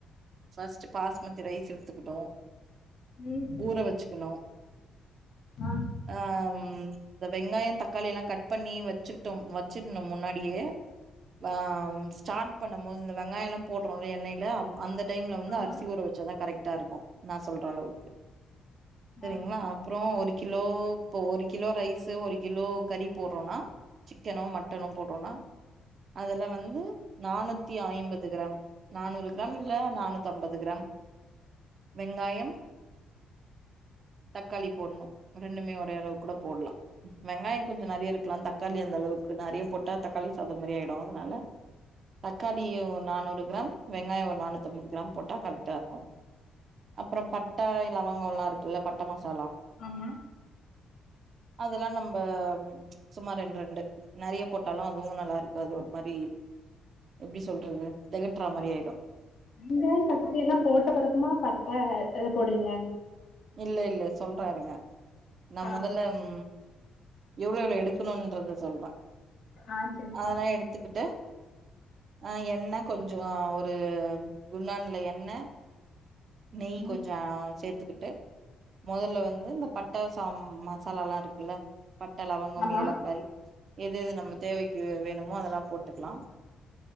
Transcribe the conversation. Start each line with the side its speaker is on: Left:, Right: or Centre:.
Right: ஃபஸ்டு பாஸ்மதி ரைஸ் எடுத்துக்கிட்டோ
Left: ம்
Right: ஊற வச்சுக்கணோ
Left: ஆ
Right: ஆ ம் இந்த வெங்காயோ தக்காளி எல்லா கட் பண்ணி வச்சுட்டோ வச்சுட்னோ முன்னாடியே ஆம் ஸ்டார்ட் பண்ணம் போது இந்த வெங்காயோ எல்லா போடுறோல்லயா எண்ணெய்ல அம் அந்த டைம்ல வந்து
Left: ஆமா
Right: அரிசி ஊற வச் சாதா கரெக்டா இருக்கோ நா சொல்ற அளவுக்கு சரிங்ளா
Left: ஆ
Right: அப்புறோ ஒரு கிலோ இப்ப ஒரு கிலோ ரைஸு ஒரு கிலோ கறி போட்றோனா சிக்கனோ மட்டனோ போட்றோனா அதுல வந்து நானூத்தி ஐம்பது கிராம் நானூறு கிராம் இல்ல நானூத்தம்பது கிராம் வெங்காயம் தக்காளி போட்ணு ரெண்டுமே ஒரே அளவுக்கு கூட போட்லா வெங்காயோ கொஞ்ச நறைய இருக்கலாம் தக்காளி அந்த அளவுக்கு நறைய போட்டா தக்காளி சாதோ மாரி ஆயிடு னால தக்காளியு நானூறு கிராம் வெங்காயோ ஒரு நானூத்தம்பது கிராம் போட்டா கரெக்டா இருக்கோ அப்புறோ பட்ட இலவங்கோலா இருக் குல்ல பட்ட மசாலா
Left: ஆமா
Right: அதெல்லா நம்ப சும்மா ரெண் ரெண்டு நெறைய போட்டாலு அதுவு நல்லா இருக்காது மாரி எப்டி சொல்றது தெகட்ற மாரி ஆயிடு
Left: வெங்காயோ தக்காளி எல்லா போட்ட பிறகுமா பட்ட இத போடுவீங்க
Right: இல்ல இல்ல சொல்றே இருங்க நா
Left: ஆ
Right: மொதல்லம் எவ்ளோ எவ்ளோ எடுக்கணுன்றத சொல்றே
Left: ஆ சேரி சேரி
Right: அதெல்லா எடுத்துகிட்டு ஆ எண்ண கொஞ்சொ ஒரு குண்டான்ல எண்ண நெய்
Left: ம்
Right: கொஞ்சொ சேத்துக்கிட்டு மொதல்ல வந்து இந்த பட்ட சாம் மசாலால்லா இருக்குல்ல பட்ட இலவங்கம்
Left: ஆமா
Right: ஏலக்காய் எது எது நம்ளுக்கு தேவைக்கு வேணுமோ அதெல்லா போட்டுக்லா